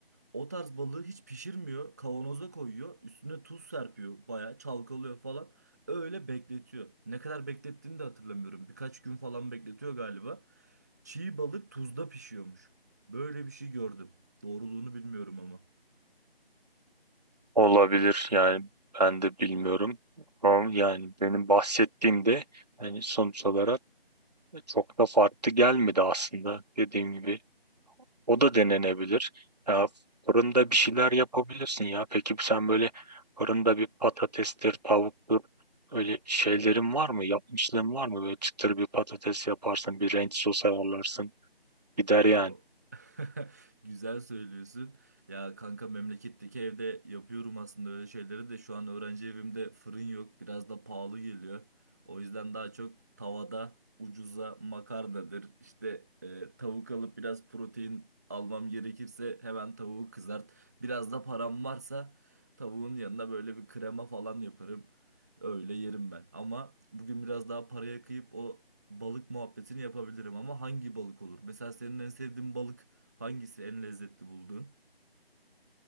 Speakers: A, on the right; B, on the right.
A: O tarz balığı hiç pişirmiyor. Kavanoza koyuyor. Üstüne tuz serpiyor. Bayağı çalkalıyor falan. Öyle bekletiyor. Ne kadar beklettiğini de hatırlamıyorum. Birkaç gün falan bekletiyor galiba. Çiğ balık tuzda pişiyormuş. Böyle bir şey gördüm. Doğruluğunu bilmiyorum ama.
B: Olabilir yani ben de bilmiyorum. Ama yani benim bahsettiğimde yani sonuç olarak çok da farklı gelmedi aslında dediğim gibi. O da denenebilir. Ya fırında bir şeyler yapabilirsin ya. Peki sen böyle fırında bir patatestir, tavuktur öyle şeylerin var mı? Yapmışlığın var mı? Böyle çıtır bir patates yaparsın, bir renk sos ayarlarsın. Gider
A: Aa.
B: yani.
A: <laughs> Güzel söylüyorsun. Ya kanka memleketteki evde yapıyorum aslında öyle şeyleri de şu an öğrenci evimde fırın yok. Biraz da pahalı geliyor. O yüzden daha çok tavada ucuza makarnadır. İşte e, tavuk alıp biraz protein almam gerekirse hemen tavuğu kızart. Biraz da param varsa tavuğun yanına böyle bir krema falan yaparım. Öyle yerim ben. Ama bugün biraz daha paraya kıyıp o balık muhabbetini yapabilirim ama hangi balık olur? Mesela senin en sevdiğin balık hangisi? En lezzetli bulduğun?